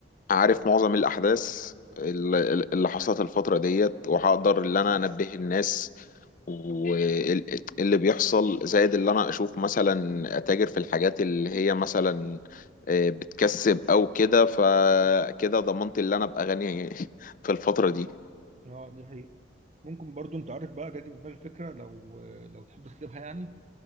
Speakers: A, on the left; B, on the right.
A: عارف معظم الأحداث ال- ال- اللي حصلت الفترة ديت وهقدر اللي أنا أنبه الناس واللي بيحصل زائد اللي أنا أشوف مثلا أتاجر في الحاجات اللي هي مثلا آه، بتكسب أو كده فكده ضمنت اللي أنا أبقى غني <laughs> في الفترة دي
B: اه دي حقيقة ممكن برضو انت عارف بقى جاتي في بالي فكرة لو لو تحب تكتبها يعني